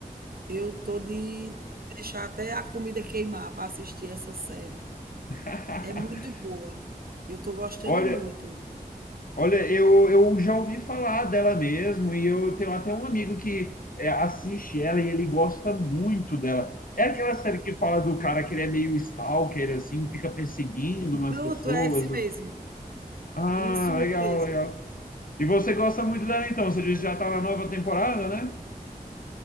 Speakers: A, on the right; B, on the left.
A: Eu tô de deixar até a comida queimar para assistir essa série.
B: <laughs>
A: É muito boa. Eu estou gostando
B: Olha,
A: muito.
B: Olha, eu, eu já ouvi falar dela mesmo, e eu tenho até um amigo que é, assiste ela e ele gosta muito dela. É aquela série que fala do cara que ele é meio stalker, assim, fica perseguindo umas
A: Pronto,
B: pessoas.
A: é esse mesmo.
B: Ah,
A: Isso
B: legal,
A: mesmo.
B: legal. E você gosta muito dela então? Você disse que já tá na nova temporada, né?